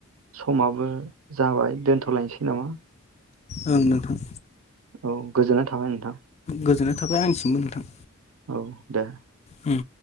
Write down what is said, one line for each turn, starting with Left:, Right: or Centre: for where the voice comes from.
Right: समाबो जाबाय दोनथलायसै नामा?
Left: ओं नोंथां।
Right: औ गोजोननाय थाबाय नोंथां।
Left: गोजोननाय थाबाय आंनिसिमबो नोंथां।
Right: औ दे।
Left: हुम।